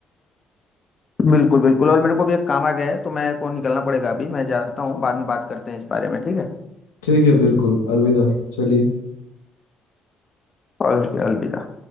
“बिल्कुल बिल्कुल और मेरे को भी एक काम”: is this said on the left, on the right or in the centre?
Left